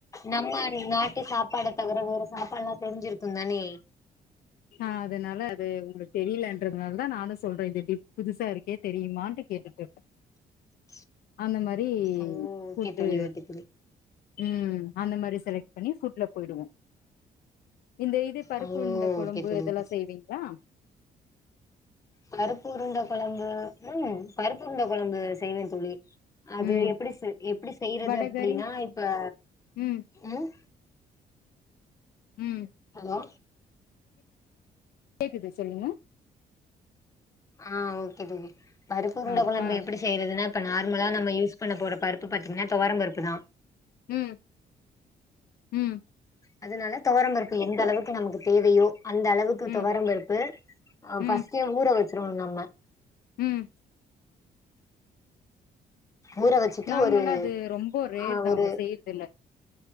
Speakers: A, on the left; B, on the left.
A: நம்ம நாட்டு சாப்பாடை தவிர வேற சாப்பாடு எல்லாம் தெரிஞ்சிருக்கு தானே
B: ஆ அதனால அது உங்க தெரியலன்றதுனால தா நானு சொல்றே இது எப்டி புதுசா இருக்கே தெரியுமானு கேட்டுட்டு இருக்கே
A: <inaudible>
B: அந்த மாரி
A: ஓ ஓகே
B: ஃபுட்டு
A: தோழி ஓகே தோழி
B: ம் அந்த மாரி செலக்ட் பண்ணி ஃபுட்ல போயிடுவோ. இந்த இது பருப்பு
A: ஓ
B: உரூண்ட கொழம்பு
A: ஓகே தோழி
B: இதெல்லா
A: ஓகே தோழி
B: செய்வீங்களா
A: பருப்பு உருண்ட கொழம்பு உம் பருப்பு உருண்ட கொழம்பு செய்வே தோழி அது
B: ம்
A: எப்டி எப்டி செய்றது
B: வடகறி
A: அப்படின்னா இப்ப
B: ம்
A: உம்
B: உம்
A: ஹலோ
B: கேக்குது சொல்லுங்க
A: ஆ ஓகே தோழி. பருப்புருண்டா
B: ஆ
A: கொழம்பு
B: ஆ
A: எப்பிடி செய்றதுன்னு இப்போ நார்மலா நம்ம யூஸ்பண்ண போற பருப்பு பாத்தீங்கானா துவாரம் பருப்பு தான்
B: ம் ம்
A: அதுனால தொவரம்பருப்பு எந்த அளவுக்கு நமக்கு தேவையோ அந்த அளவுக்கு
B: ம்
A: தொவரம் பருப்பு ஆ
B: ம்
A: ஃபஸ்ட்டே ஊற வெச்சுருவோ நம்ம
B: ம்
A: ஊற வச்சுட்டு
B: நாங்கலா
A: ஒரு
B: அது ரொம்ப ரேர்
A: ஆ
B: தாங்
A: ஒரு
B: செய்றதுல